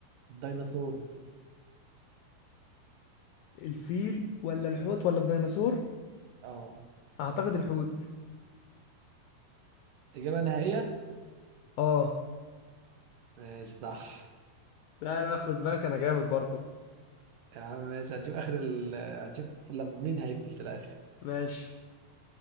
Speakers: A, on the right; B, on the left.
A: الديناصور
B: الفيل ولا الحوت ولا الديناصور
A: اه
B: اعتقد الحوت
A: إجابة نهائية؟
B: اه
A: ماشي صح
B: لا لا خد بالك انا جامد برضو
A: يا عم ماشي هنشوف آخر ال هنشوف لما مين هيكسب في الآخر
B: ماشي